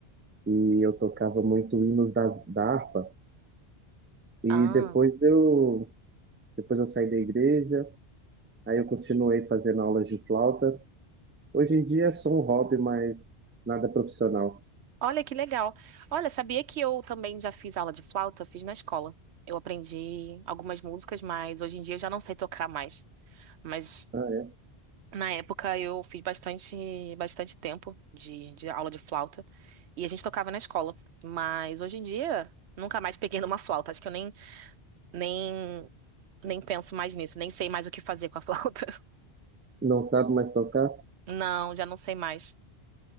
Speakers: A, on the right (about 15°); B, on the right (about 85°).
A: e eu tocava muito hinos da, da harpa. E
B: ah.
A: depois eu, depois eu saí da igreja. Aí eu continuei fazendo aulas de flauta. Hoje em dia é só um hobby, mas nada profissional.
B: Olha que legal. Olha, sabia que eu também já fiz aula de flauta? Fiz na escola. Eu aprendi algumas músicas, mas hoje em dia eu já não sei tocar mais. Mas
A: Ah, é?
B: na época eu fiz bastante, bastante tempo de, de aula de flauta e a gente tocava na escola. Mas hoje em dia nunca mais peguei numa flauta. Acho que eu nem, nem, nem penso mais nisso, nem sei mais o que fazer com a flauta. <laughs>
A: Não sabe mais tocar?
B: Não, já não sei mais.